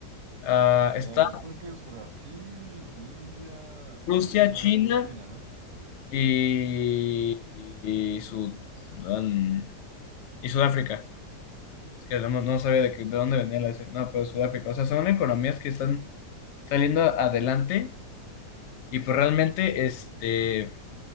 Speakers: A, on the left; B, on the right.
A: Ah, está
B: Ah, se supone que es Brasil, India, Rusia
A: Rusia, China.
B: y China, ¿no?
A: y, y Sudán y Sudáfrica. Es que no, no sabía de, qué- de dónde venía la S. No, pero Sudáfrica. O sea, son economías que están saliendo adelante y pues realmente, este,